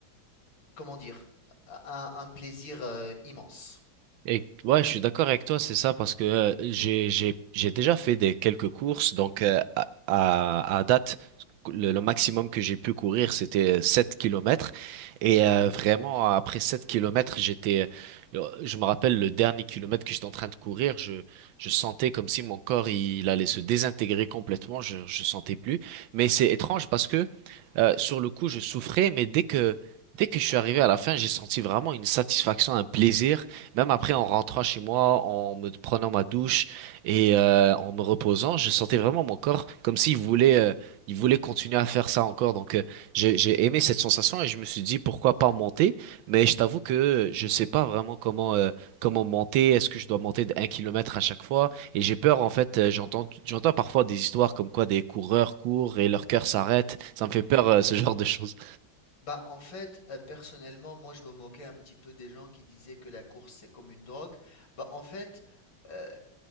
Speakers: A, on the left (about 80°); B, on the right (about 80°).
A: comment dire, un, un plaisir euh, immense.
B: Et ouais, je suis d'accord avec toi, c'est ça, parce que euh, j'ai j'ai j'ai déjà fait des quelques courses, donc euh, à à à date le, le maximum que j'ai pu courir c'était euh, 7 kilomètres et euh, vraiment après 7 kilomètres j'étais euh, je me rappelle le dernier kilomètre que j'étais en train de courir, je je sentais comme si mon corps il allait se désintégrer complètement, je je sentais plus, mais c'est étrange parce que euh, sur le coup je souffrais, mais dès que Dès que je suis arrivé à la fin, j'ai senti vraiment une satisfaction, un plaisir. Même après, en rentrant chez moi, en me prenant ma douche et euh, en me reposant, je sentais vraiment mon corps comme s'il voulait, euh, il voulait continuer à faire ça encore. Donc, euh, j'ai, j'ai aimé cette sensation et je me suis dit pourquoi pas monter. Mais je t'avoue que euh, je sais pas vraiment comment, euh, comment monter. Est-ce que je dois monter d'un kilomètre à chaque fois? Et j'ai peur, en fait, euh, j'entends, j'entends parfois des histoires comme quoi des coureurs courent et leur cœur s'arrête. Ça me fait peur, euh, ce genre de choses.
A: Bah, en fait, heu, personnellement, moi, je me moquais un petit peu des gens qui disaient que la course, c'est comme une drogue. Bah, en fait, heu,